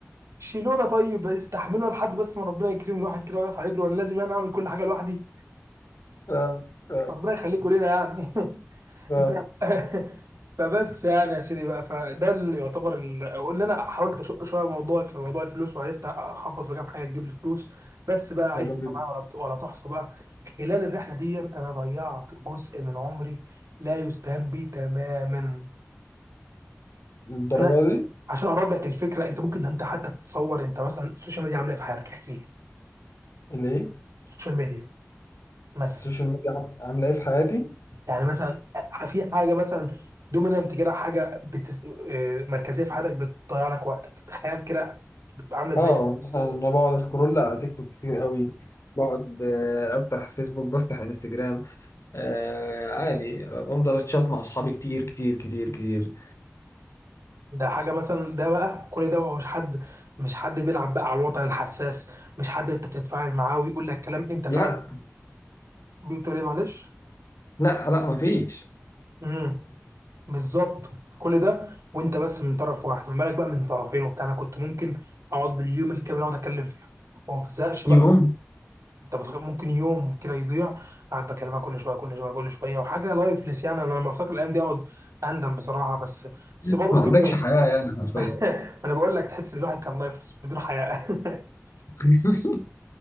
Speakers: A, on the right (about 75°); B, on the left (about 70°).
A: شيلونا طيب استحملونا لحد بس ما ربنا يكرم الواحد كده ويقف على رجله وانا لازم انا اعمل كل حاجه لوحدي
B: فاهم فاهم
A: ربنا يخليكوا لينا يعني <laughs>
B: فاهم
A: انت <laughs> فبس يعني يا سيدي بقى فده اللي يعتبر ال- قلنا انا حاولت اشق شويه موضوعي في موضوع الفلوس وعرفت اخبط في كام حاجه تجيب لي فلوس بس بقى عد
B: حلو
A: بقى
B: جدا
A: معايا ولا ولا تحصى بقى خلال الرحله دي انا ضيعت جزء من عمري لا يستهان به تماما
B: الدرجة
A: انا
B: دي
A: عشان اقرب لك الفكره انت ممكن انت حتى تتصور انت مثلا السوشيال ميديا عامله ايه في حياتك احكي لي
B: اللي ايه
A: السوشيال ميديا مثلا
B: السوشيال ميديا عاملة ايه في حياتي
A: يعني مثلا في حاجه مثلا دومينانت كده حاجه بتس... آه، مركزيه في حياتك بتضيع لك وقتك تخيل كده بتبقى عامله ازاي
B: اه
A: في
B: مثلا انا بقعد اسكرول على تيك توك كتير قوي بقعد آه، افتح فيسبوك بفتح انستجرام آه عادي بفضل اتشات مع اصحابي كتير كتير كتير كتير
A: ده حاجه مثلا ده بقى كل ده هو مش حد مش حد بيلعب بقى على الوطن الحساس مش حد انت بتتفاعل معاه ويقول لك كلام انت
B: لا
A: فعلا بتقول ايه معلش
B: لا لا مفيش
A: امم بالظبط كل ده وانت بس من طرف واحد ما بالك بقى من طرفين وبتاع انا كنت ممكن اقعد باليوم الكامل اقعد اتكلم فيها وما بتزهقش بقى
B: يوم
A: انت بتخ... ممكن يوم كده يضيع قاعد بكلمها كل شويه كل شويه كل شويه وحاجه لايفلس يعني انا لما افتكر الايام دي اقعد اندم بصراحه بس بس
B: ما
A: برضه في
B: عندكش
A: بوينت
B: حياة يعني حرفيا
A: <laughs> انا بقول لك تحس ان الواحد كان لايفلس بدون حياه <laughs>
B: <laughs>